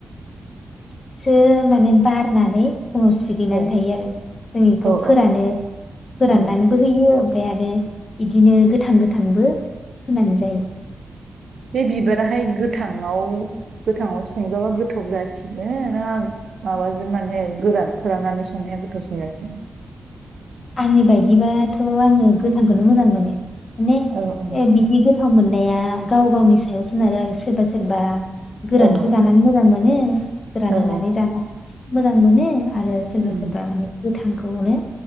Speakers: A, on the left; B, on the right.
A: <inaudible> सो माने बारनानै फुङाव सिरिनानै
B: औ
A: थायो आरो जों बेखौ
B: औ
A: फोरानो फोराननानैबो
B: औ
A: होयो। ओमफ्राय आरो इदिनो गोथां गोथांबो होनानै जायो।
B: बे बिबाराहाय गोथाङाव, गोथाङाव संजाबा गोथाव जासिनो ना माबाजों माने गोरान फोराननानै संनाया गोथावसिन जासिनो?
A: आंनि बायदिबाथ' आङो गोथांखौनो मोजां मोनो। माने
B: औ औ
A: बिदि गोथाव मोननाया गाव गावनि सायाव सोनारो आरो सोरबा सोरबा गोरानखौ
B: औ
A: जानानै मोजां मोनो नो फोरान
B: औ
A: होनानै जाला मोजां मानो आरो सोरबा
B: उम
A: सोरबा गोथांखौनो